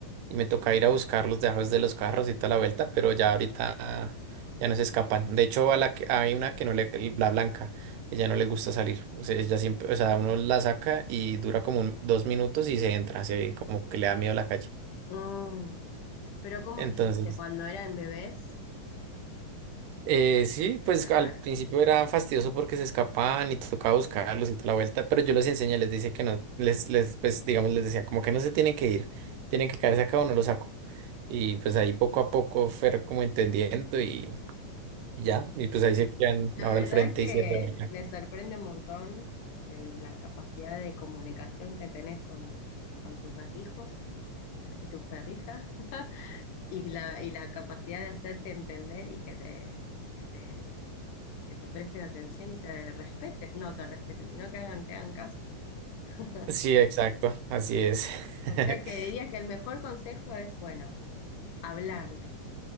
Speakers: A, on the right; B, on the left.
A: y me toca ir a buscarlos debajo de los carros y toda la vuelta, pero ya ahorita ya no se escapan. De hecho, a la que, hay una que no le, la blanca, ella no le gusta salir. O sea, ella siempre, o sea, uno la saca y dura como un- dos minutos y se entra, así como que le da miedo la calle.
B: Mm. ¿Pero cómo
A: Entonces,
B: lo hiciste? ¿Cuando eran bebés?
A: Eh,
B: ¿Los empezaste
A: sí, pues
B: a sacar?
A: al principio era fastidioso porque se escapaban y tocaba buscarlos y toda la vuelta, pero yo les enseñé, les decía que no, les, les, pues digamos, les decía como que no se tienen que ir, tienen que quedarse acá o no los saco. Y pues ahí poco a poco fueron como entendiendo y, y ya, y pues ahí se quedan
B: La
A: ahora
B: verdad
A: al frente
B: que
A: y se rebelan.
B: me sorprende un montón el- la capacidad de comunicación que tenés con, con tus gatijos. y tu perrija <laughs> y la, y la capacidad de hacerte entender y que te, que te, que te presten atención y te respeten, no te respeten, sino que hagan, te hagan caso. <laughs>
A: Sí, exacto, así es. <laughs>
B: O sea que dirías que el mejor consejo es, bueno, hablarle.